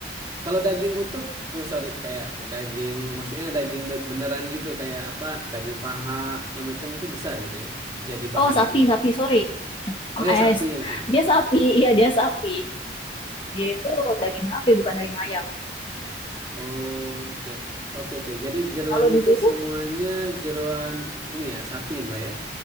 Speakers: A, on the right; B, on the left.
A: kalau daging utuh, eh sorry, kayak daging, maksudnya daging be- beneran gitu, kayak apa, daging paha segala macam itu bisa gitu ya, jadi bahannya.
B: Oh, sapi, sapi, sorry.
A: Oh
B: Om
A: ya
B: es.
A: sapi maksudnya.
B: Dia sapi, iya dia sapi. Dia itu daging sapi bukan daging ayam.
A: Oh, ja- oke oke. Jadi jeruan
B: Kalau di
A: itu
B: situ
A: semuanya jeruan ini ya sapi Mbak ya.